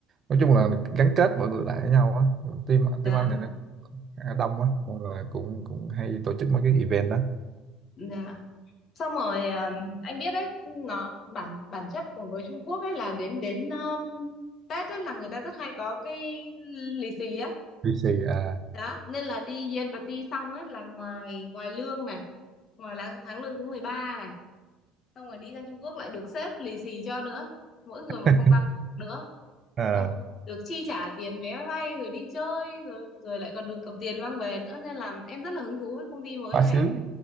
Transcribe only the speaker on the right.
nói chung là gắn kết mọi người lại với nhau á Rồi team
team anh thì nó cũng khá đông á nên là cũng cũng hay tổ chức mấy cái event đó
VC à,
<laughs>
à
quá
sướng